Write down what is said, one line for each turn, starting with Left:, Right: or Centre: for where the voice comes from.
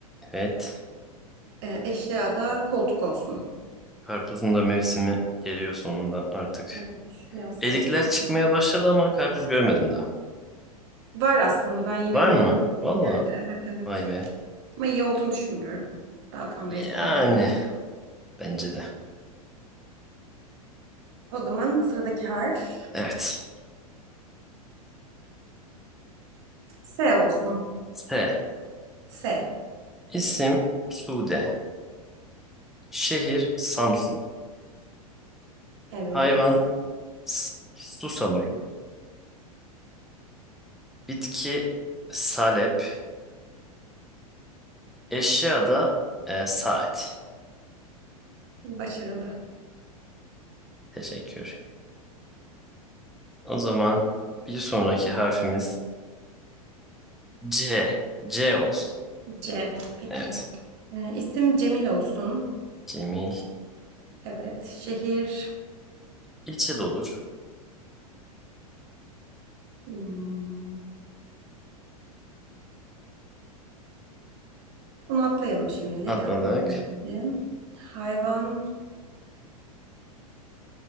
Centre: Evet.
Right: E, eşya da koltuk olsun.
Centre: Karpuzun da mevsimi geliyor sonunda artık.
Right: Evet yaz
Centre: Erikler
Right: yaklaşıyor.
Centre: çıkmaya başladı ama karpuz görmedim daha.
Right: Var aslında ben yine
Centre: Var
Right: gördüm
Centre: mı? Valla.
Right: birkaç yerde. Evet evet.
Centre: Vay be.
Right: Ama iyi olduğunu düşünmüyorum. Daha tam mevsimi
Centre: Yani
Right: gelmedi.
Centre: bence de.
Right: O zaman sıradaki harf
Centre: Evet.
Right: S olsun.
Centre: S.
Right: S.
Centre: İsim Sude. Şehir Samsun.
Right: Evet.
Centre: Hayvan S- Susamuru, bitki salep, eşya da e, saat.
Right: Başarılı.
Centre: Teşekkür. O zaman bir sonraki harfimiz C. C olsun.
Right: C. Peki.
Centre: Evet.
Right: Ee, isim Cemil olsun.
Centre: Cemil.
Right: Evet. Şehir.
Centre: İlçe de olur.
Right: hmm, onu atlayalım şimdilik.
Centre: Atladık.
Right: Aklıma geldi. Hayvan.